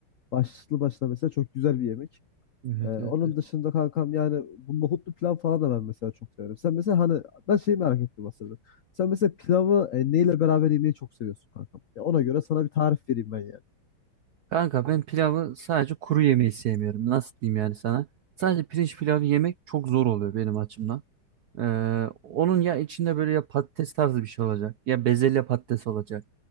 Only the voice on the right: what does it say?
Evet
evet evet.
Kanka ben pilavı sadece kuru yemeyi sevmiyorum. Nasıl diyeyim yani sana? Sadece pirinç pilavı yemek çok zor oluyor benim açımdan. Ee, onun ya içinde böyle ya patates tarzı bir şey olacak ya bezelye patates olacak.